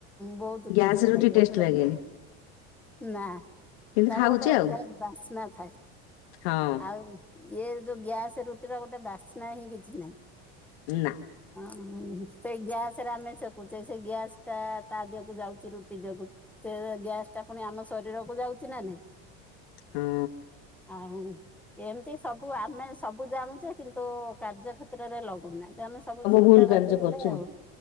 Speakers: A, in the centre; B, on the left.
A: ବହୁତ
B: ଗ୍ୟାସ
A: ଟେଷ୍ଟ
B: ରୁଟି
A: ଲାଗିବ ପୁରୁର
B: ଲାଗେନି
A: ନା
B: କିନ୍ତୁ
A: ତାର
B: ଖାଉଛି
A: ଗୋଟେ ଅଲଗା
B: ଆଉ
A: ବାସ୍ନା ଥାଏ,
B: ହଁ
A: ଆଉ ଇଏ ଯୋଉ ଗ୍ୟାସ୍ ରୁଟିର ଗୋଟେ ବାସ୍ନା ହିଁ କିଛି ନାହିଁ।
B: ନା
A: ହ ସେଇ ଗ୍ୟାସ ରେ ଆମେ ସେଖୁଛେ, ସେ ଗ୍ୟାସ ଟା ତା ଦେହକୁ ଯାଉଛି, ରୁ କୁ ସେ ଗ୍ୟାସ ଟା ପୁଣି ଆମ ଶରୀରକୁ ଯାଉଛି ନା ନାଇଁ।
B: ହଁ
A: ଆଉ ଏମିତି ସବୁ ଆମେ ସବୁ ଜାଣଛେ କିନ୍ତୁ କାର୍ଯ୍ୟ କେତ୍ରରେ ଲଗୁନାହାନ୍ତି। ଆମେ ସବୁ ସୁବିଧାବାଜିି
B: ଭୁଲ କାର୍ଯ୍ୟ
A: ହେଲେ
B: କରୁଛି
A: ଆଉ।